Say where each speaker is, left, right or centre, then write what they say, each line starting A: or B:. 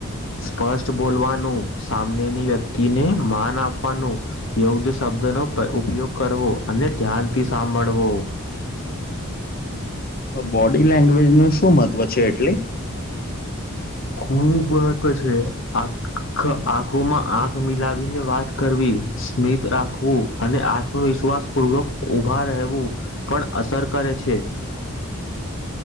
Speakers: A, on the left (about 55°); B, on the left (about 40°).
A: સ્પષ્ટ બોલવાનું સામનેની વ્યક્તિને માન આપવાનું યોગ્ય શબ્દ નો ઉપયોગ કરવો અને ધ્યાનથી સાંભળવો.
B: બોડી લેંગ્વેજ નું શું મહત્વ છે, એટલે
A: ખુબ મહત્વ છે, આખ આંખોમાં આંખ મિલાવીને વાત કરવી. સ્મિત રાખવું. અને આત્મવિશ્વાસ પૂર્વક ઊભા રહેવું પણ અસર કરે છે.